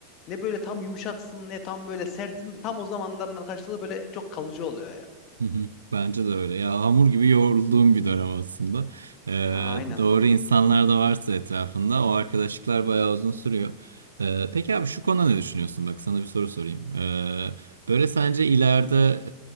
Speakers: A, on the left; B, on the right.
A: ne böyle tam yumuşaksın ne tam böyle sertsin. Tam o zamanların arkadaşlığı böyle çok kalıcı oluyor ya.
B: Hı hı. Bence de öyle. Ya hamur gibi yoğrulduğum bir dönem aslında. Ee,
A: Ha, aynen.
B: doğru insanlar da varsa etrafında o arkadaşlıklar bayağı uzun sürüyor. Ee, peki abi şu konuda ne düşünüyorsun? Bak sana bir soru sorayım. Ee, böyle sence ileride